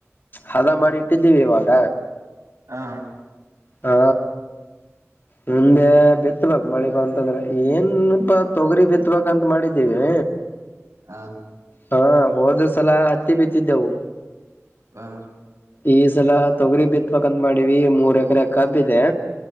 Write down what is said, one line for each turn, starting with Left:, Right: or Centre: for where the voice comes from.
Left: ಹದ ಮಾಡಿ. ಕಟ್ಟಿದ್ದೀವಿ ಇವಾಗ.
Right: ಹಾ.
Left: ಹಾ ಮುಂದೆ ಬಿತ್ತಬೇಕು ಮಳಿ ಬಂತಂದ್ರೆ. ಏನಪಾ ತೊಗರಿ ಬಿತ್ಬೇಕಂತ ಮಾಡಿದ್ದೀವಿ.
Right: ಹಾ.
Left: ಹಾ ಹೋದ ಸಲ ಹತ್ತಿ ಬಿತ್ತಿದ್ದೆವು.
Right: ಹಾ.
Left: ಈ ಸಲ ತೊಗರಿ ಬಿತ್ಪಕಂದ ಮಾಡಿವ ಮೂರ್ ಎಕರೆ ಕಬ್ಬ ಇದೆ